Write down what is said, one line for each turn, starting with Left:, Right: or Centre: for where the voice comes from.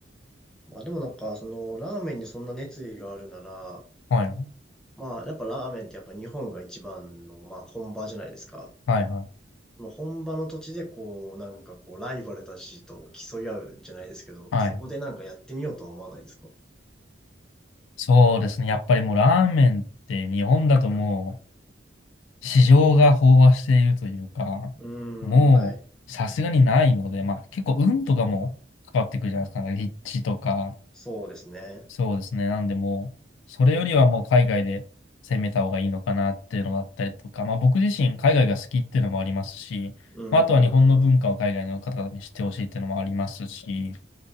Centre: まあでもなんか、その、ラーメンにそんな熱意があるなら、
Left: はい、
Centre: まあやっぱラーメンってやっぱ日本が一番の、まあ本場じゃないですか。
Left: はい、はい。
Centre: その本場の土地でこう、なんかこう、ライバルたちと競い合うじゃないですけど、
Left: はい。
Centre: そこでなんかやってみようとは思わないですか
Left: そうですね。やっぱりもうラーメンって日本だともう、市場が飽和しているというか、
Centre: うーん、
Left: もうさすがにないので、
Centre: はい。
Left: まあ結構運とかも関わってくるじゃないですか、なんか立地とか、
Centre: そうですね。
Left: そうですね、なんでもう、それよりはもう海外で攻めた方がいいのかなっていうのだったりとか、まあ僕自身海外が好きっていうのもありますし、
Centre: うー
Left: まああとは日本の文化を海外の方々に知ってほしいっていうのもありますし、
Centre: ん、